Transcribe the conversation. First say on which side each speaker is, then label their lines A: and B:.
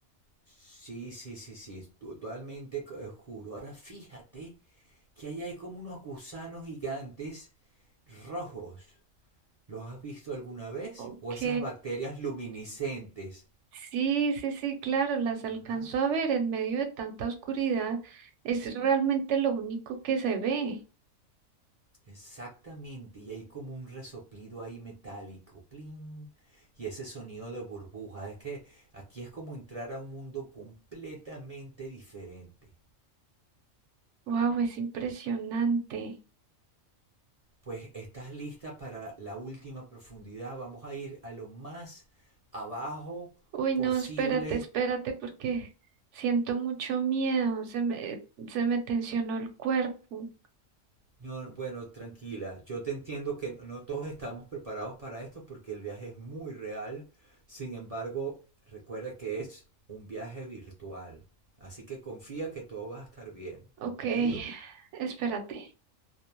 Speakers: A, on the right; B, on the right.
A: sí, sí, sí, sí, totalmente co- oscuro. Ahora fíjate que ahí hay como unos gusanos gigantes rojos. ¿Los has visto alguna vez?
B: Ok.
A: O esas bacterias luminiscentes.
B: Sí, sí, sí, claro, las alcanzó
A: Ajá,
B: a ver en medio de tanta oscuridad. Es realmente lo único que se ve.
A: exactamente. Y hay como un resoplido ahí metálico. Plin. Y ese sonido de burbuja. Es que aquí es como entrar a un mundo completamente diferente.
B: Wow, es impresionante.
A: Pues estás lista para la última profundidad. Vamos a ir a lo más abajo
B: Uy,
A: posible
B: no, espérate, espérate, porque siento mucho miedo. Se me, se me tensionó el cuerpo.
A: No, bueno, tranquila, yo te entiendo que no todos estamos preparados para esto porque el viaje es muy real. Sin embargo, recuerda que es un viaje virtual. Así que confía que todo va a estar bien. ¿Entendido?
B: Ok, espérate.